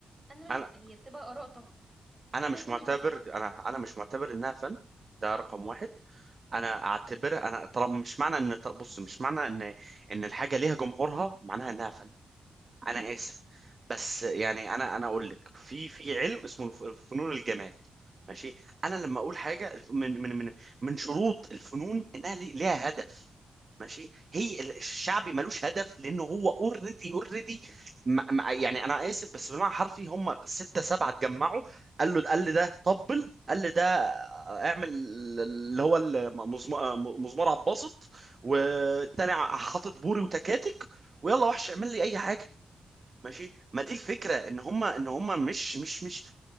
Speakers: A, on the right (about 15°); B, on the right (about 35°).
A: انا مش
B: انا
A: هي بتبقى اراء طبعا
B: انا
A: انا
B: مش
A: مش
B: معتبر
A: بسمع
B: انا انا مش معتبر انها فن ده رقم واحد انا اعتبر انا طالما مش معنى ان بص مش معنى ان ان الحاجه ليها جمهورها معناها انها فن انا اسف بس يعني انا انا اقول لك في في علم اسمه الف- فنون الجمال ماشي انا لما اقول حاجه الف- من من من من شروط الفنون انها لي- ليها هدف ماشي هي ال- الشعبي ملوش هدف لانه هو اوريدي اوريدي يعني انا اسف بس بالمعنى الحرفي هم سته سبعه اتجمعوا قال له قال لي ده طبل قال لي ده اعمل اللي هو المزم- مزمار عباسط والتاني حاطط بوري وتكاتك ويلا وحش اعمل لي اي حاجه ماشي ما دي الفكره ان هم ان هم مش مش مش